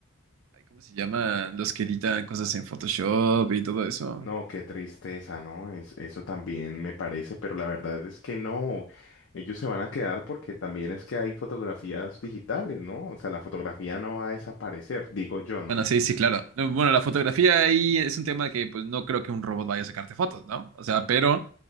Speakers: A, on the right; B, on the left.
A: ay, ¿cómo se llaman? Los que editan cosas en Photoshop y todo eso.
B: No, qué tristeza, ¿no? Es- eso también me parece, pero la verdad es que no. Ellos se van a quedar porque también es que hay fotografías digitales, ¿no? O sea, la fotografía no va a desaparecer, digo yo, ¿no?
A: Bueno, sí, sí, claro. No, Bueno, la fotografía ahí es un tema que pues no creo que un robot vaya a sacarte fotos, ¿no? O sea, pero,